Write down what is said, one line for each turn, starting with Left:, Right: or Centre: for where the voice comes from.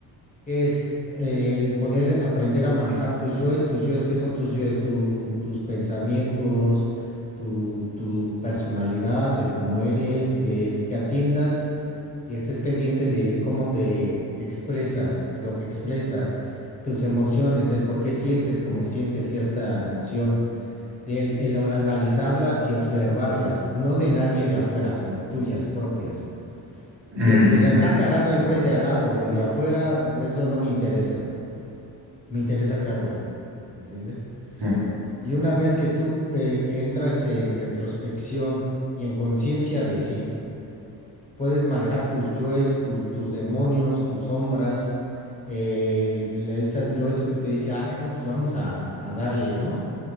Left: que es eh, el poder aprender a manejar tus yoes, tus yoes, ¿qué son tus yoes? Tu- tus pensamientos, tu, tu personalidad, el cómo eres, el que atiendas y estés pendiente del cómo te expresas, lo que expresas, tus emociones, el por qué sientes como sientes cierta emoción. Del, el analizarlas y observarlas, no de nadie de afuera, sino tuyas propias.
Right: mm,
Left: Que si la está
Right: ujú,
Left: cagando el güey de al lado o el de afuera, pues, eso no me interesa. Me interesa qué hago yo. ¿Entiendes?
Right: sí,
Left: Y una vez que tú eh, entras en retrospección y en conciencia de sí, puedes manejar tus yoes, tu- tus demonios, tus sombras, eh, la- esa- lo eso que te dice, ay, no, pues vamos a, a darle, ¿no?